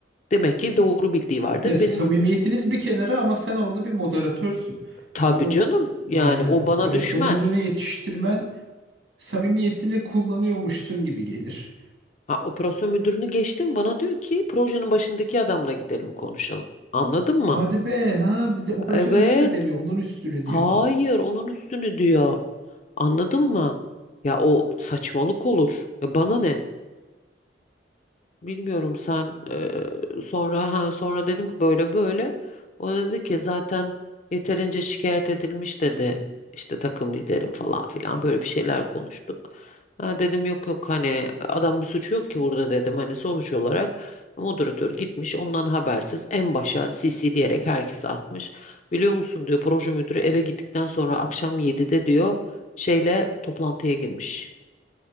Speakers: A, on the left (about 40°); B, on the right (about 90°).
A: demek ki doğru bildiği vardır
B: Ya samimiyetiniz
A: benim
B: bir kenara ama sen orada bir moderatörsün.
A: tabii
B: Bunu
A: canım yani
B: aynen
A: o
B: operasyon
A: bana düşmez
B: müdürüne yetiştirmen samimiyetini kullanıyormuşsun gibi gelir.
A: ha, operasyon müdürünü geçtim bana diyor ki projenin başındaki adamla gidelim konuşalım anladın
B: Hadi
A: mı?
B: be ha bir de operasyon
A: Evet.
B: müdürün de demiyor. Onun üstüne
A: Hayır,
B: diyor.
A: onun üstünü diyor. Anladın mı? Ya o saçmalık olur. Ya bana ne? Bilmiyorum sen eee, sonra ha sonra dedim ki böyle böyle. O da dedi ki zaten yeterince şikayet edilmiş dedi. İşte takım liderim falan filan böyle bir şeyler konuştuk. Ha dedim yok yok hani adam bir suçu yok ki burada dedim. Hani sonuç olarak moderatör gitmiş ondan habersiz en başa CC diyerek herkese atmış. Biliyor musun diyor proje müdürü eve gittikten sonra akşam 7'de diyor şeyle toplantıya girmiş.